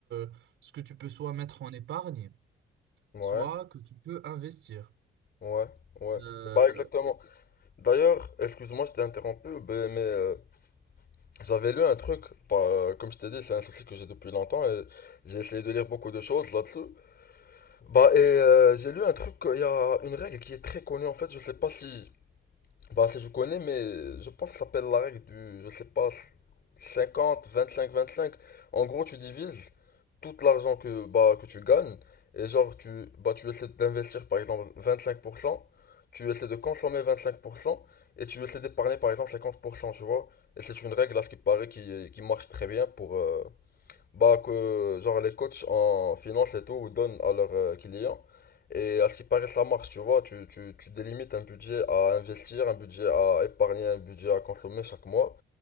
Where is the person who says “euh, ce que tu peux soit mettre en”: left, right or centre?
Right